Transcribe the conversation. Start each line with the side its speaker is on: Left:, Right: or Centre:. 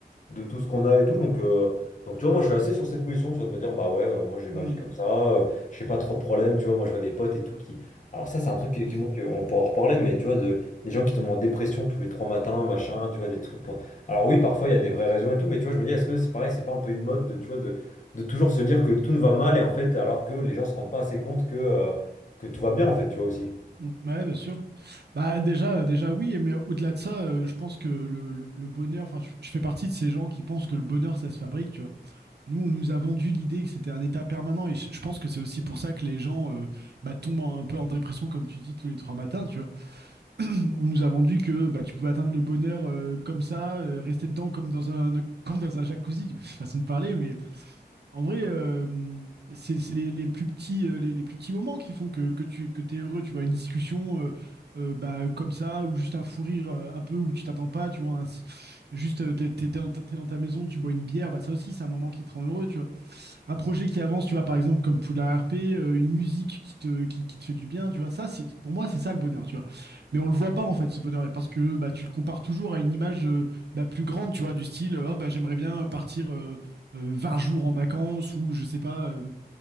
Left: de tout ce qu'on a et tout. Donc, euh, donc tu vois, moi je suis assez sur cette position, tu vois, de me dire, bah ouais, euh, moi j'ai
Right: Hmm.
Left: ma vie comme ça, euh, j'ai pas trop de problèmes, tu vois, moi je vois des potes et tout qui. Alors ça, c'est un truc
Right: <clears throat>
Left: qui, qui- moi, que- on pourra en reparler, mais tu vois, de, des gens qui tombent en dépression tous les trois matins, machin, tu vois, des trucs pour- Alors oui, parfois il y a des vraies raisons et tout, mais tu vois, je me dis, est-ce que c'est pareil, c'est pas un peu une mode de, tu vois, de, de toujours se dire que tout va mal et en fait, alors que les gens se rendent pas assez compte que, euh, que tout va bien, en fait, tu vois aussi.
Right: Mm. Ouais, bien sûr. Bah déjà, euh, déjà oui, mais au-delà de ça, euh, je pense que le, le- le bonheur, enfin, je, je fais partie de ces gens qui pensent que le bonheur, ça se fabrique, tu vois. Nous, on nous a vendu l'idée que c'était un état permanent, et je, je pense que c'est aussi pour ça que les gens euh, bah, tombent un peu en dépression, comme tu dis, tous les trois matins, tu vois. on nous a vendu que bah, tu pouvais atteindre le bonheur euh, comme ça, euh, rester dedans comme dans un, comme dans un jacuzzi, du coup, façon de parler. Mais en vrai, euh, c'est c'est les, les plus petits, euh, les, les plus petits moments qui font que, que tu que t'es heureux. Tu vois, une discussion euh, euh, bah, comme ça, ou juste un fou rire euh, un peu où tu t'attends pas. Tu vois, un- juste euh, t'es, t'es dans, t'es dans ta maison, tu bois une bière. Bah, ça aussi, c'est un moment qui te rend heureux. Tu vois un projet qui avance, tu vois, par exemple, comme Poula RP, euh, une musique qui te, qui, qui te fait du bien, tu vois, ça, c'est, pour moi, c'est ça le bonheur, tu vois. Mais on le voit pas, en fait, ce bonheur, et parce que bah, tu le compares toujours à une image euh, bah, plus grande, tu vois, du style, euh, oh, bah, j'aimerais bien partir euh, euh, 20 jours en vacances, ou je sais pas, euh,